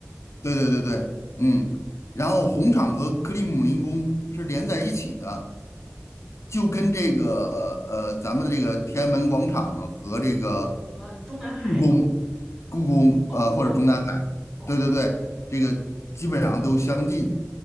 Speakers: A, on the left; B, on the right.
A: 对对对对，嗯，然后红场和克里姆林宫是连在一起的，就跟这个呃咱们的这个天安门广场和这个
B: 和中南海
A: 故宫、故宫呃或者中南海，
B: 哦，故宫哦，
A: 对对对，这个基本上都相近。